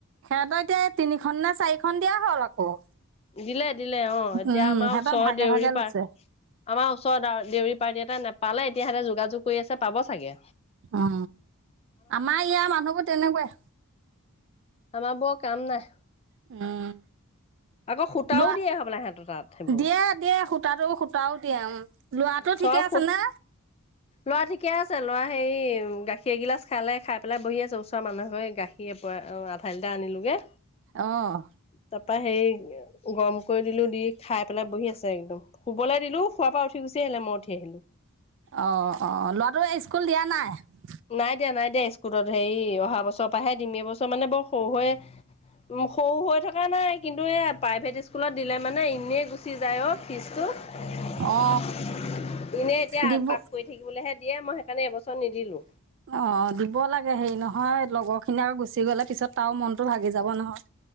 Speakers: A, on the right (about 55°); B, on the left (about 25°).
A: সিহঁতৰ এতিয়া তিনিখন নে চাৰিখন দিয়া হ'ল আকৌ।
B: দিলে দিলে অ এতিয়া
A: উম
B: আমাৰ
A: সিহঁতৰ
B: ওচৰৰ
A: ভাগে
B: দেউৰী
A: ভাগে লৈছে
B: পাৰ আমাৰ ওচৰত দেউৰী পাৰ্ট এটা ন। পালে এতিয়াহেঁতে যোগাযোগ কৰি আছে পাব চাগে।
A: উ আমাৰ ইয়া মানুহবোৰ তেনেকুৱাই।
B: আমাৰবোৰ কাম নাই।
A: উম!
B: আকৌ সূতাও
A: লোৱা
B: দিয়ে হব সিহঁতৰ তাত সেইবোৰ।
A: দিয়ে দিয়ে সূতাটো সূতাও দি লৰাটো
B: চব
A: ঠিকে আছে না।
B: ল'ৰা ঠিকে আছে ল'ৰা হেৰি গাখীৰ এগিলাচ খালে খাই পেলাই বহি আছে ওচৰ মানুহে গাখীৰ। আধা লিটাৰ আনিলোগে।
A: অহ
B: তাৰপা হেৰি গৰম কৰি দিলোঁ দি খাই পেলাই বহি আছে একদম শুবলৈ দিলোঁ শোৱাৰ পৰা উঠ গুচি আহিলে মই উঠি আহিলোঁ।
A: অ অ ল'ৰাটোৱে স্কুল দিয়া নাই
B: নাই দিয়া নাই দিয়া স্কুলত। হেৰি অহা বছৰ পৰাহে দিম এ বছৰ মানে বৰ সৰু হৈ ম সৰু হৈ থকা নাই কিন্তু এ প্ৰাইভেট স্কুলত দিলে মানে। এনেই গুচি যায় অ' ফিজটো- এনে
A: অ
B: এতিয়া
A: দিব
B: আগবাগ কৰি থাকিবলৈহে দিয়ে মই সেইকাৰণে এবছৰ নিদিলো।
A: অ দিব লাগে হেৰি নহ হয় লগৰখিনি আকৌ গুচি গ'লে পিছত তাৰও মনটো ভাগি যাব নহয়।